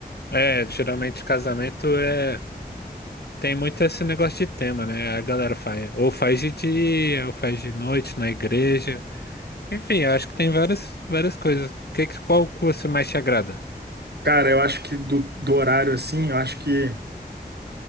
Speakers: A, on the left; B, on the right.
A: É, geralmente casamento é. Tem muito esse negócio de tema, né? A galera faz. Ou faz de dia, ou faz de noite na igreja. Enfim, eu acho que tem várias, várias coisas. Que, que- qual que você mais te agrada?
B: Cara, eu acho que do, do horário assim, eu acho que